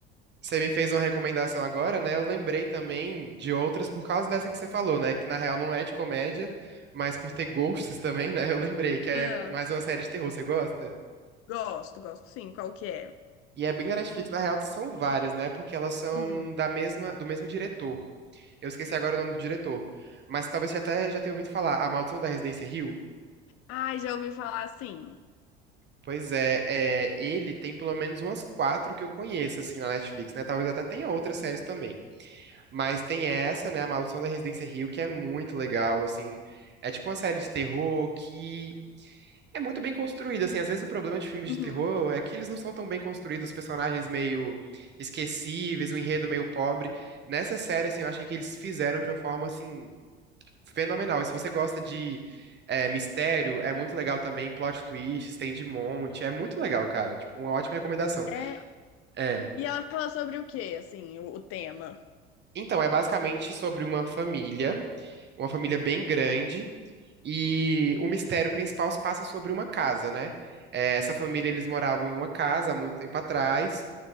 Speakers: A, on the right; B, on the left.
A: você me fez uma recomendação agora, né? Eu lembrei também de outras por causa dessa que você falou, né? Que na real não é de comédia, mas por ter gostos também, né? Eu lembrei que é
B: Ah,
A: mais uma série de terror. Você gosta?
B: gosto, gosto sim, qual que é?
A: E é bem da Netflix, na real, são várias, né? Porque elas são
B: Hum.
A: da mesma, do mesmo diretor. Eu esqueci agora o nome do diretor, mas talvez você até já tenha ouvido falar, A Maldição da Residência Hill.
B: Ai, já ouvi falar assim.
A: Pois é, é, ele tem pelo menos umas quatro que eu conheço, assim, na Netflix, né? Talvez até tenha outras séries
B: Uhum.
A: também. Mas tem essa, né, A Maldição da Residência Hill, que é muito legal, assim. É tipo uma série de terror que É muito bem construído, assim, às vezes o problema de filmes
B: Uhum.
A: de terror é que eles não são tão bem construídos, os personagens meio esquecíveis, o enredo meio pobre. Nessa série, assim, eu achei que eles fizeram de uma forma, assim, fenomenal. E se você gosta de é, mistério, é muito legal também, plot twists, tem de monte, é muito legal, cara, tipo, uma ótima recomendação.
B: É.
A: É.
B: E ela fala sobre o quê, assim, o, o tema?
A: Então, é basicamente sobre uma família, uma família bem grande, e o mistério principal se passa sobre uma casa, né? É, essa família, eles moravam em uma casa há muito tempo atrás,